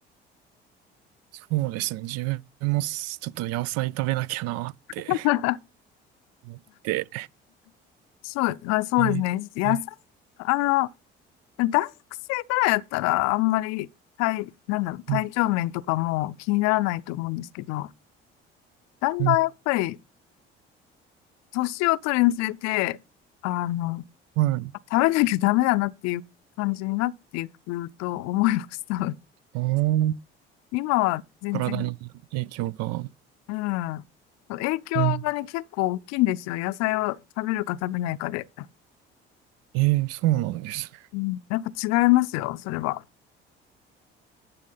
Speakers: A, on the right; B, on the left.
A: そうですね。自分もちょっと野菜食べなきゃなーって
B: <laughs>
A: 思って。
B: そう、まあ、そうですね。
A: えーえー
B: 野菜、あの、大学生ぐらいやったら、あんまり体、なんだろう、体調面とかも気にならないと思うんですけど、
A: うん
B: だんだんやっぱり、
A: うん
B: 年を取るにつれて、あの、
A: はい。
B: 食べなきゃダメだなっていう感じになっていくと思います、多分。
A: ああ、
B: 今は全然、
A: 体に影響が。
B: うん。影響がね、
A: うん。
B: 結構大きいんですよ。野菜を食べるか食べないかで。
A: ええ、そうなんですね。
B: うん、やっぱ違いますよ、それは。